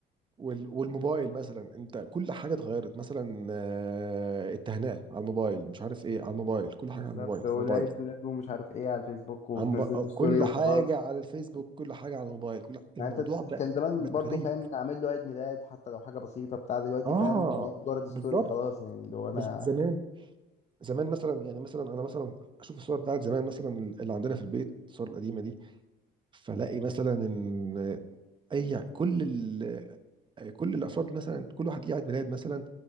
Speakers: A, on the right; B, on the left.
A: وال... والموبايل مثلا انت كل حاجه اتغيرت مثلا آه، التهنئه على الموبايل مش عارف ايه على الموبايل كل حاجه
B: بالظبط
A: على الموبايل
B: والعيد
A: على الموبايل
B: ميلاد ومش عارف ايه على الفيسبوك وتنزل
A: على الموب- آه،
B: له ستوري
A: كل
B: وخلاص
A: حاجه على الفيسبوك كل حاجه على الموبايل كل الموضوع
B: يعني انت
A: بقى
B: كان زمان
A: بقى
B: برضو
A: غريب
B: فاهم نعمل له عيد ميلاد حتى لو حاجه بسيطه بتاع دلوقتي
A: اه
B: فاهم وهي مجرد ستوري
A: بالظبط
B: خلاص يعني اللي هو انا
A: بز- زمان زمان مثلا يعني مثلا انا مثلا اشوف الصور بتاعت زمان مثلا اللي عندنا في البيت الصور القديمه دي فلاقي مثلا ان اي كل ال... كل الافراد مثلا كل واحد ليه عيد ميلاد مثلا